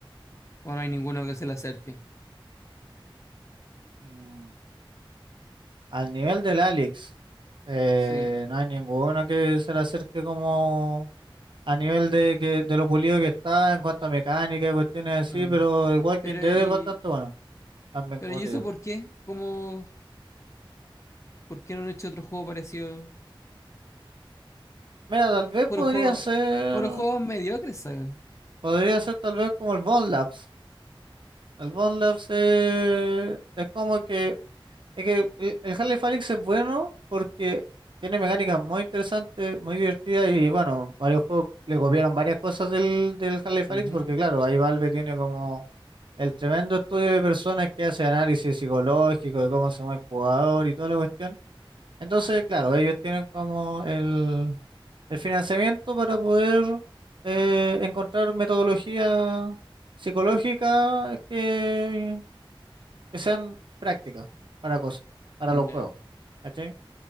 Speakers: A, on the left; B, on the right.
A: O no hay ninguno que se le acerque.
B: Mm. Al nivel del Alex, eh,
A: Sí.
B: no hay ninguno que se le acerque como a nivel de, que, de lo pulido que está en cuanto a mecánica y cuestiones así,
A: ah.
B: pero el Walking
A: Pero,
B: Dead
A: y,
B: es bastante bueno, también
A: pero
B: como
A: ¿y
B: te
A: eso
B: digo.
A: por qué? ¿Cómo, por qué no han hecho otro juego parecido?
B: Mira, tal vez
A: Puro
B: podría
A: juego,
B: ser,
A: puro juego mediocre, saben
B: podría ser tal vez como el Bone Labs. El Bone Labs eh, es como que Es que el, el Half-Life Alyx es bueno porque tiene mecánicas muy interesantes, muy divertidas y bueno, varios juegos le copiaron varias cosas del, del Half-Life
A: Ujú,
B: Alyx porque claro, ahí Valve tiene como el tremendo estudio de personas que hace análisis psicológico de cómo se mueve el jugador y toda la cuestión. Entonces, claro, ellos tienen como el, el financiamiento para poder eh, encontrar metodología psicológica que que sean prácticas para cosas, para
A: Ya.
B: los juegos, ¿cachai?